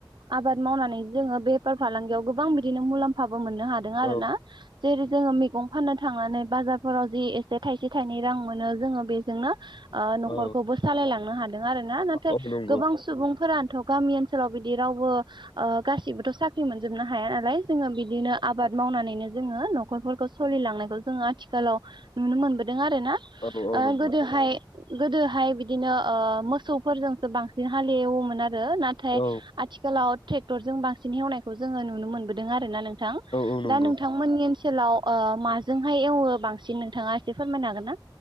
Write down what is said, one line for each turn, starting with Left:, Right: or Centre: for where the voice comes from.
Right: आबाद मावनानै जोङो बेफार फालांगियाव गोबां बिदिनो मुलाम्फाबो मोननो हादों आरो
Left: औ
Right: ना। जेरै जोङो मैगं फाननो थांनानै बाजारफोराव जि एसे थायसे थाइनै रां मोनो जोङो बेजोंनो ओ न'खरखौबो
Left: औ
Right: सालायलांनो हादों आरो ना नाथाय
Left: औ नंगौ
Right: गोबां सुबुंफोरानोथ' गामि ओनसोलाव बिदि रावबो ओ गासिबोथ' साख्रि मोनजोबनो हाया नालाय जोङो बिदिनो आबाद मावनानैनो जोङो न'खरफोरखौ सोलिलांनायखौ जोङो आथिखालाव नुनो मोनबोदों आरो ना।
Left: औ औ
Right: ओ
Left: नंगौ
Right: गोदोहाय गोदोहाय बिदिनो ओ मोसौफोरजोंसो बांसिन हालेवोमोन आरो नाथाय
Left: औ
Right: आथिखालाव ट्रेक्टरजों बांसिन हेवनायखौ जोङो नुनो मोनबोदों आर ना नोंथां
Left: औ नंगौ
Right: दा नोंथां मोननि ओनसोलाव ओ माजोंहाय एवो बांसिन नोंथाङा एसे फोरमायनो हागोन ना?